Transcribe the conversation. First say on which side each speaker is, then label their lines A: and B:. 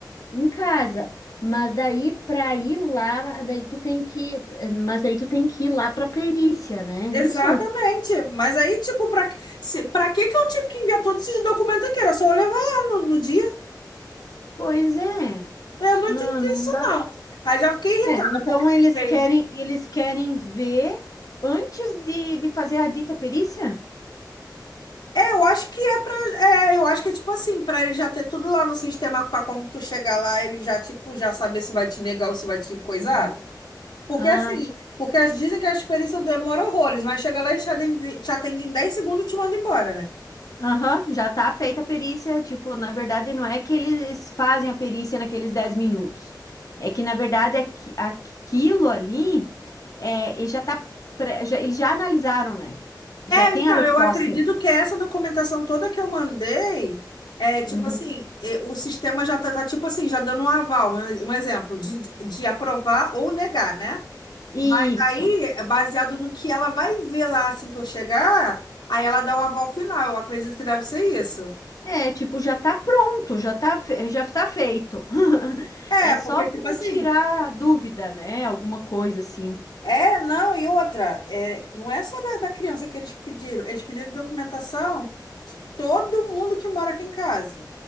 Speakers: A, on the left (about 50°); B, on the left (about 85°).
A: em casa, mas daí pra ir lá, daí tu tem que, mas daí tu tem que ir lá pra perícia, né? Isso?
B: Exatamente. Mas aí, tipo, pra, se, pra que que eu tive que enviar todos esses documentos aqui? Era só eu levar lá no, no dia.
A: Pois é,
B: Eu não entendi
A: não, não
B: isso,
A: dá.
B: não. Aí já fiquei irritada,
A: É, então
B: porque fiquei.
A: eles querem, eles querem ver antes de, de fazer a dita perícia?
B: É, eu acho que é pra. É, eu acho que é tipo assim, pra ele já ter tudo lá no sistema, pra quando tu chegar lá, ele já, tipo, já saber se vai te negar ou se vai te coisar.
A: Uhum.
B: Porque
A: Ah,
B: assim, porque as, dizem que a experiência demora horrores, mas chega lá e te atende, te atende em 10 segundos e te manda embora, né?
A: Aham, já tá feita a perícia. Tipo, na verdade, não é que eles fazem a perícia naqueles 10 minutos. É que, na verdade, aqui- aquilo ali, é, ele já tá, pré- já- eles já analisaram, né? Já tem
B: Então,
A: a resposta
B: eu acredito
A: ali.
B: que essa documentação toda que eu mandei, é
A: Uhum.
B: tipo assim, é, o sistema já tá, tá, tipo assim, já dando um aval, um, um exemplo, de, de aprovar ou negar, né?
A: Isso.
B: Mas aí, baseado no que ela vai ver lá assim que eu chegar, aí ela dá o aval final. Eu acredito que deve ser isso.
A: É, tipo, já tá pronto, já tá, fe- já tá feito. <laughs>
B: É,
A: É só
B: porque,
A: para
B: tipo assim,
A: tirar dúvida, né? Alguma coisa assim.
B: É, não, e outra, é, não é só da, da criança que eles pediram, eles pediram documentação de todo mundo que mora aqui em casa,